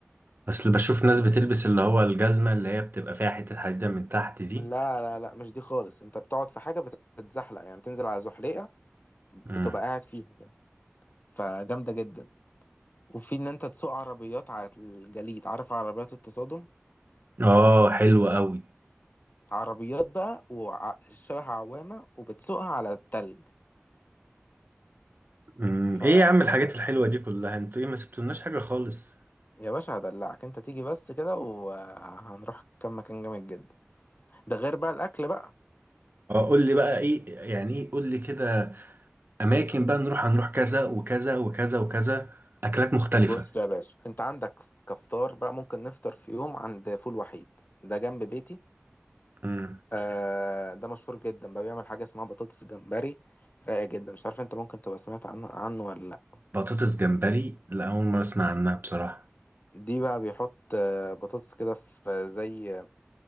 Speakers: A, on the right; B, on the left.
A: اصل بشوف ناس بتلبس اللي هو الجزمة اللي هي بتبقى فيها حتة حديدة من تحت دي
B: لا لا لا مش دي خالص انت بتقعد في حاجة بتتزحلق يعني بتنزل على زحليقة بتبقى
A: مم.
B: قاعد فيها يعني فجامدة جدا وفي ان انت تسوق عربيات على الجليد عارف عربيات التصادم
A: اه حلو قوي
B: عربيات بقى وشبه عوامة وبتسوقها على التلج
A: امم
B: ف
A: ايه يا عم الحاجات الحلوه دي كلها انتوا ايه ما سبتولناش حاجه خالص
B: يا باشا هدلعك انت تيجي بس كده وهنروح كام مكان جامد جدا ده غير بقى الاكل بقى
A: اه قول لي بقى ايه يعني ايه قول لي كده اماكن بقى نروح هنروح كذا وكذا وكذا وكذا اكلات مختلفه
B: بص يا باشا انت عندك كفطار بقى ممكن نفطر في يوم عند فول وحيد ده جنب بيتي
A: امم
B: آه ده مشهور جدا بقى بيعمل حاجه اسمها بطاطس جمبري رايقه جدا مش عارف انت ممكن تبقى سمعت عنه عنه ولا لا
A: بطاطس جمبري لا اول مره اسمع عنها بصراحه
B: دي بقى بيحط آه بطاطس كده في زي